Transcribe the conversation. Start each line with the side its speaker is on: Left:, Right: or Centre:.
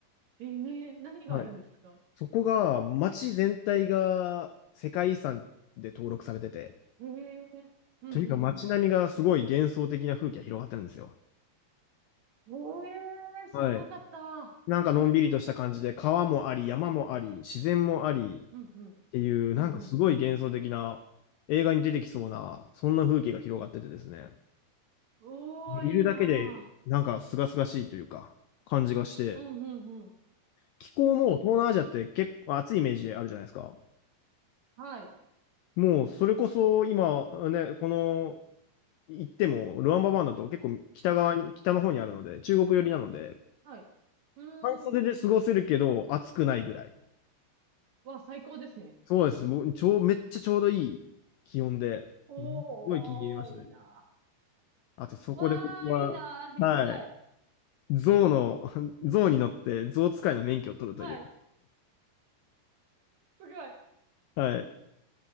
Right: えねえ何があるんですか
Left: はい。そこが、街全体が世界遺産で登録されてて、
Right: ええうんうんうん。
Left: とにかく街並みがすごい幻想的な風景が広がってるんですよ。
Right: ええ知らなかった。
Left: はい。なんかのんびりとした感じで、川もあり、山もあり、自然もありっていう、
Right: うんうん。うんうんうん。
Left: なんかすごい幻想的な、映画に出てきそうな、そんな風景が広がっててですね、
Right: おー、
Left: いるだけで、
Right: いいな
Left: なんか清々しいというか、感じがして、
Right: ぁ。うんうんうん。
Left: 気候も東南アジアって結構暑いイメージあるじゃないですか。
Right: はい。
Left: もうそれこそ今ね、この行ってもルワンババンだと結構北側に、
Right: うん
Left: 北の方にあるので、中国寄りなので、
Right: はい。うーん。
Left: 半袖で過ごせるけど暑くないぐらい。
Right: わ、最高ですね。
Left: そうです。もうちょう、めっちゃちょうどいい気温で、
Right: おー、
Left: うんすごい気に入りましたね。
Right: いいな。
Left: あとそこで僕は、
Right: わー、いいなー。
Left: はい、
Right: 行きたい。
Left: 象の、<laughs> 象に乗って象使いの免許を取るという。
Right: はい。すごい。
Left: はい。